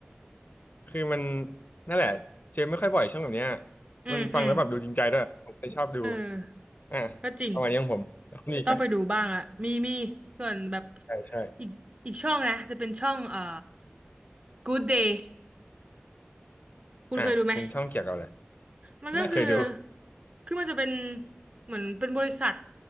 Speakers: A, on the left; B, on the right.
A: คือมันนั่นแหละเจอไม่ค่อยบ่อยช่องแบบเนี้ย
B: อืมอืม
A: มันฟังแล้วแบบดูจริงใจด้วยผมเลยชอบดู
B: เออ
A: อ่ะ
B: ก็จริง
A: ประมาณนี้ของผมแล้วคุณมีอีกไหม
B: ต้องไปดูบ้างอะมีมีส่วนแบบ
A: ใช่ใช่
B: อีกอีกช่องนะจะเป็นช่องเอ่อ Good Day คุณเคยดูไหม
A: อ่ะเป็นช่องเกี่ยวกับอะไร
B: มันก็คือ
A: ไม่เคยดู
B: คือมันจะเป็นเหมือนเป็นบริษัท